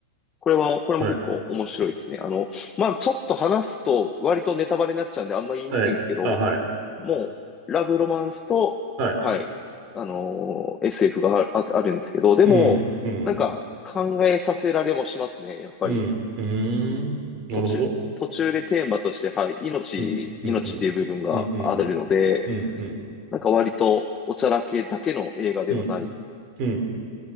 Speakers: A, on the left; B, on the right.
A: これは、これも結構面白いですね。
B: はい。
A: あの、まあ、ちょっと話すと割とネタバレになっちゃうんであんま言いにくいんですけど、
B: はい。あ、はい。
A: もう、ラブロマンスと、
B: はい。
A: はい、あのー SF があ、ああるんですけど、でも、
B: うん、うん、
A: なんか考えさせられもしますね、やっぱり。
B: うん、うーん。なるほど。
A: 途中、途中でテーマとして、はい、命、
B: うん、うん、
A: 命っていう部分があるので、
B: うん、うん、うん、うん、うん、
A: なんか割とおちゃらけだけの映画ではない
B: うん、うん、